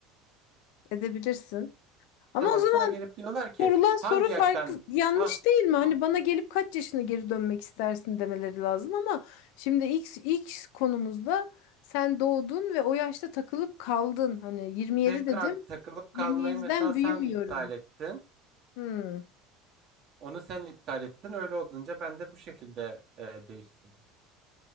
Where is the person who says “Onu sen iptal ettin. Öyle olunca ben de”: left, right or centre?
Right